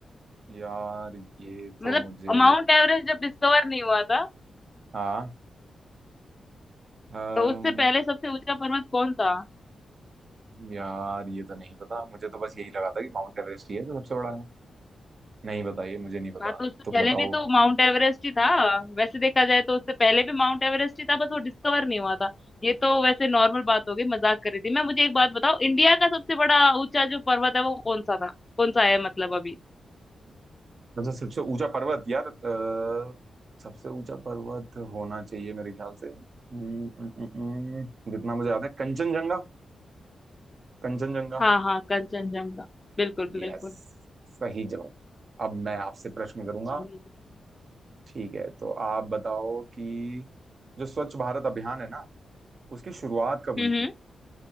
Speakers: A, on the right; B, on the left.
A: यार ये तो
B: मतलब
A: मुझे
B: माउंट एवरेस्ट जब डिस्कवर नहीं हुआ था
A: हाँ अम,
B: तो उससे पहले सबसे ऊंचा पर्वत कौन था
A: यार ये तो नहीं पता मुझे तो बस यही लगा था कि माउंट एवरेस्ट ही है जो सबसे बड़ा है नहीं पता ये मुझे नहीं पता
B: हाँ तो उससे
A: तुम
B: पहले
A: बताओ
B: भी तो माउंट एवरेस्ट ही था वैसे देखा जाए तो उससे पहले भी माउंट एवरेस्ट ही था बस वो डिस्कवर नहीं हुआ था ये तो वैसे नॉर्मल बात हो गई मजाक कर रही थी मैं मुझे एक बात बताओ इंडिया का सबसे बड़ा ऊंचा जो पर्वत है वो कौन सा था कौन सा है मतलब अभी
A: वैसे सबसे ऊंचा पर्वत यार अ, सबसे ऊंचा पर्वत होना चाहिए मेरे ख्याल से अम, अम, अम, अम, जितना मुझे याद है कंचनजंगा कंचनजंगा
B: हाँ हाँ कंचनजंगा बिल्कुल
A: यस
B: बिल्कुल
A: सही जवाब अब मैं आपसे प्रश्न करूंगा
B: चलिए
A: ठीक है तो आप बताओ कि जो स्वच्छ भारत अभियान है ना उसकी शुरुआत कब हुई
B: हम्म
A: थी